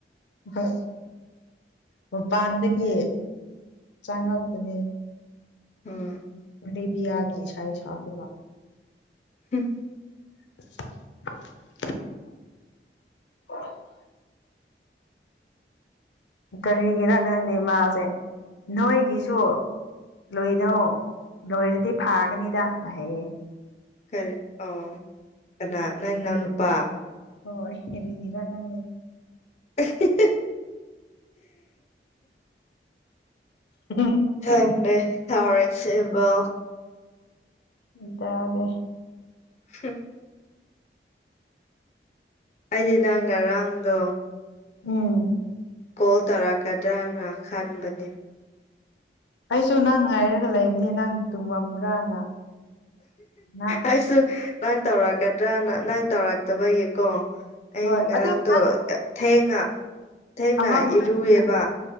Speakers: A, on the left (about 90°); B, on the left (about 40°).
A: ꯍꯣꯏ ꯃꯄꯥꯟꯗꯒꯤ ꯆꯪꯉꯛꯄꯅꯦ
B: ꯎꯝ
A: ꯂꯤꯕꯤꯌꯥꯒꯤ ꯏꯁꯩ ꯁꯛꯔꯥꯒꯥ
B: ꯍꯨꯝ
A: <unintelligible> <unintelligible> ꯀꯔꯤꯒꯤꯔ ꯅꯪꯅꯦ ꯃꯥꯁꯦ ꯅꯣꯏꯒꯤꯁꯨ ꯂꯣꯏꯔꯣ ꯂꯣꯏꯔꯗꯤ ꯐꯥꯒꯅꯤꯗꯒꯥ ꯍꯥꯏꯌꯦ
B: ꯀꯔꯤ ꯑꯣ ꯀꯅꯥ ꯅꯪ ꯅꯅꯥꯎ ꯅꯨꯄꯥ
A: ꯍꯣꯏ ꯀꯥꯔꯤꯒꯤꯔꯥ ꯈꯪꯗꯦ
B: <unintelligible>
A: <unintelligible>
B: ꯈꯪꯗꯦ ꯇꯧꯔꯤꯁꯤꯕꯨ
A: <unintelligible> ꯗꯦ
B: ꯍꯝ ꯑꯩꯗꯤ ꯅꯪ ꯉꯔꯥꯡꯗꯣ
A: ꯎꯝ
B: ꯀꯣꯜ ꯇꯧꯔꯛꯀꯗ꯭ꯔꯅ ꯈꯟꯕꯅꯦ
A: ꯑꯩꯁꯨ ꯅꯪ ꯉꯥꯏꯔꯒ ꯂꯩꯕꯅꯤ ꯅꯪ ꯇꯨꯝꯃꯝꯕ꯭ꯔꯥꯅ ꯅꯪ
B: ꯑꯩꯁꯨ ꯅꯪ ꯇꯧꯔꯛꯀꯗ꯭ꯔꯥꯅ ꯅꯪ ꯇꯧꯔꯛꯇꯕꯩꯀꯣ ꯑꯩ
A: ꯍꯣꯏ
B: ꯉꯔꯥꯡꯗꯣ
A: ꯑꯗꯨ ꯅꯪ
B: ꯊꯦꯡꯉ ꯊꯦꯡꯅ
A: ꯑꯃ ꯑꯃ
B: ꯏꯔꯨꯑꯦꯕ